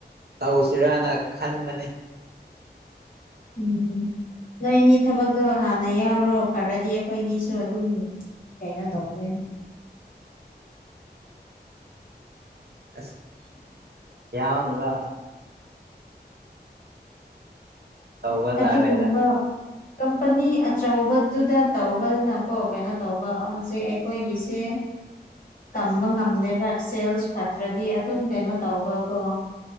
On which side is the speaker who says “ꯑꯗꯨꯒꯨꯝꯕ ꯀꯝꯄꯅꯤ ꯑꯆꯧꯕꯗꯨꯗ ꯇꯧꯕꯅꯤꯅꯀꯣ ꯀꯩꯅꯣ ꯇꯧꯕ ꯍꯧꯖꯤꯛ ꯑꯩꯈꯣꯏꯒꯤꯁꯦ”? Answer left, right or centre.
Left